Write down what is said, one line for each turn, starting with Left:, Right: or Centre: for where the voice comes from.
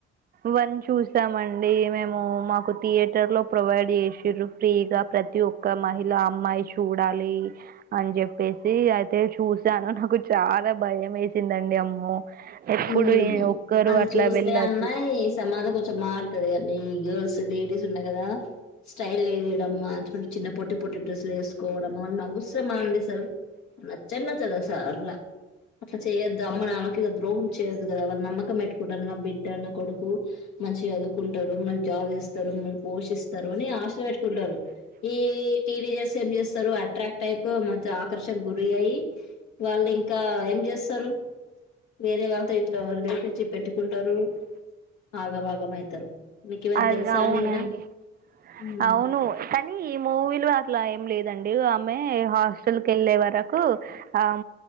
Right: వన్ చూసామండి మేము మాకు థియేటర్ లో ప్రొవైడ్ చేసిరు ఫ్రీగా ప్రతి ఒక్క మహిళ అమ్మాయి చూడాలి అని చెప్పేసి అయితే చూసాను నాకు చాలా భయం వేసిందండి అమ్మో ఎప్పుడు
Left: హ్మ్
Right: ఏ ఒక్కరు
Left: అది
Right: అట్లా
Left: చూస్తే
Right: వెళ్ళోదు
Left: అన్నా ఈ సమాజం కొంచెం మారతాది అండి ఈ గర్ల్స్ లేడీస్ ఉన్నాయి కదా స్టైల్ చేయడం చిన్న పొట్టి పొట్టి డ్రెస్సులు వేసుకోవడం అన్న అవసరమా అండి అసలు నచ్చనే నచ్చదు అసలా అట్లా అట్లా చేయొద్దు అమ్మ నాన్నకి ఇ ద్రోహం చేయదు కదా వాళ్ళు నమ్మకం పెట్టుకుంటారు కదా నా బిడ్డ నా కొడుకు మంచిగా చదువుకుంటారు మంచి జాబ్ చేస్తారు మమల్నీ పోషిస్ తరు అని ఆశ పెట్టుకుంటారు ఈ టీనేజర్స్ ఏం చేస్తారు అట్రాక్ట్ అయి మంచి ఆకర్షకు గురయ్యి వాళ్ళు ఇంకా ఏం చేస్తారు వేరే వా తే ఇట్లా అల్రె పిచ్చి పెట్టుకుంటారు ఆగ బాగం అయితారు మీకు ఏమైనా
Right: అది
Left: తెలుసా
Right: అవునండి
Left: అండి ఏమన్నా ఉమ్
Right: అవును కానీ ఈ మూవీలు అట్లా ఏం లేదండి ఆమె హాస్టల్ కివెళ్ళే వరకు ఆ